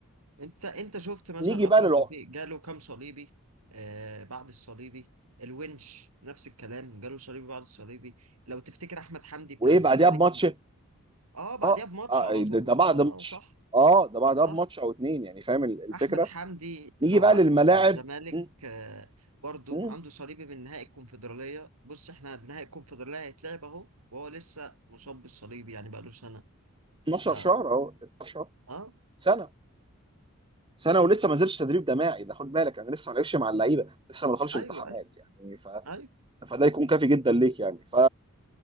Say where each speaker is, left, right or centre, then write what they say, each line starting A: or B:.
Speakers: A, on the right (about 90°); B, on the right (about 20°).
A: انت انت شفت مثلا
B: نيجي
A: أكرم
B: بقى للعقد
A: توفيق جاله كام صليبي آه بعد الصليبي الونش نفس الكلام جاله صليبي بعد الصليبي لو تفتكر أحمد حمدي بتاع
B: وايه
A: الزمالك
B: بعدها بماتش
A: اه بعديها
B: اه
A: بماتش
B: آه،
A: على طول
B: ده ده بعد
A: اه
B: ماتش
A: اه صح
B: اه ده بعدها
A: صح
B: بماتش او اتنين يعني فاهم ال- الفكره
A: احمد حمدي
B: نيجي
A: لو
B: بقى
A: عارفه
B: للملاعب
A: بتاع الزمالك
B: مم،
A: آه، برضو
B: مم،
A: عنده صليبي من نهائي الكونفدراليه بص احنا نهائي الكونفدراليه هيتلعب اهو وهو لسه مصاب بالصليبي يعني بقاله سنه
B: 12
A: ف
B: شهر اهو 12 شهر
A: اه
B: سنه سنه ولسه ما نزلش تدريب جماعي ده خد بالك انا لسه ما لعبش مع اللعيبه لسه ما دخلش
A: ايوه
B: التحامات
A: ايوه
B: يعني ف...
A: ايوه
B: فده يكون كافي جدا ليك يعني ف